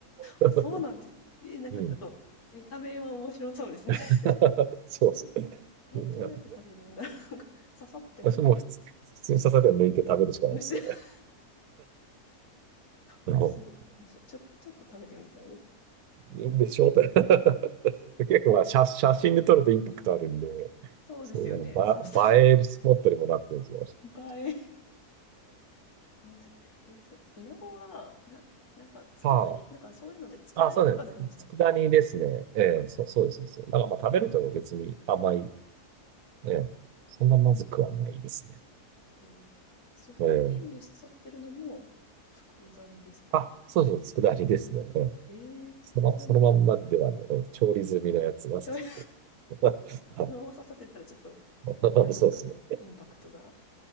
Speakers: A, on the right; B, on the left.
A: <laughs>
B: あ、そうなんです。え、なんかちょっと、
A: うん。
B: 見た目は面白そうですね。
A: <laughs>
B: <laughs>
A: そうですね。
B: ど、え、
A: うん
B: どうやって食べるんだろう。<laughs> なんか刺さってるのを
A: まあそも普通、普通に刺されて抜いて食べるしかないですよね。
B: 抜いて、<laughs>
A: <laughs> も
B: もうすごい、面白い。ちょ、ちょっと食べてみたいです。
A: うでしょうって。<laughs> 結構まあ写、写真で撮るとインパクトあるんで、
B: そうですよね。
A: そういうあのば映えるスポットにもなってるんですよ。
B: 刺さ、映え。面白い。え、そう、イナゴは、な、なんか、佃煮、
A: は
B: なんかそういうので佃煮とかのイメージだったんですけど。
A: あ。あ、そうですね。つ佃煮ですね。ええ、
B: あ、
A: そ、そうです。そうですなんかまあ食べると別に甘い。
B: え、え、
A: ええ。そんなまずくはないですね。
B: へえ。ソフトクリームに刺さってるのも、
A: ええ。
B: 佃煮ですか
A: あ、そうですね。佃煮ですね。ええ。
B: ええ、
A: その、
B: それまた、
A: そのまんまではね、ええ調理済みのやつが刺さってる。
B: 醤油
A: <laughs>
B: <laughs> そのまま刺さってたらちょっと、
A: <laughs>
B: なかなかのインパクトが
A: そうですね。